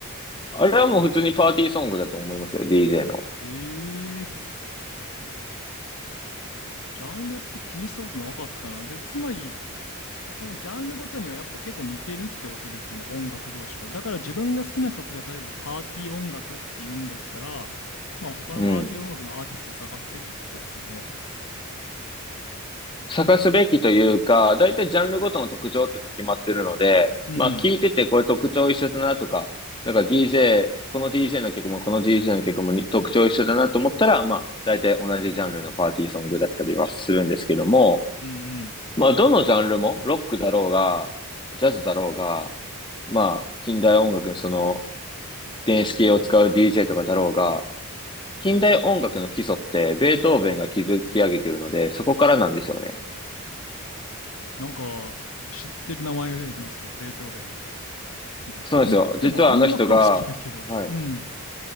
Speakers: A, on the left; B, on the left.
A: あれはもう普通にパーティーソングだと思いますよ、DJ の。
B: ええー、ジャンルって気にしたことなかったな。で、つまり、そのジャンルごとにはやっぱ結構似てるってことですよね、音楽同士は。だから自分が好きな曲が例えばパーティー音楽っていうんだったら、まあ他のパーティー音楽のアーティストを探すべきってことですよね。
A: うん。探すべきというか、だいたいジャンルごとの特徴っていうのは決まってるので、
B: うん。
A: まあ聞いててこれ特徴一緒だなとか、なんか DJ、この DJ の曲もこの DJ の曲もに特徴一緒だなと思ったら、まあ大体同じジャンルのパーティーソングだったりはするんですけども、
B: うんうん。
A: まあ、どのジャンルも、ロックだろうが、ジャズだろうが、まあ、近代音楽のその、電子系を使う DJ とかだろうが、近代音楽の基礎って、ベートーベンが築き上げてるので、そこからなんですよね。
B: なんか、知ってる名前が出てきましたよ、ベートーベン。まあ、
A: そうなんですよ。
B: と言ってもあんま詳しくないけど。
A: 実はあの人が、はい
B: <laughs> うん。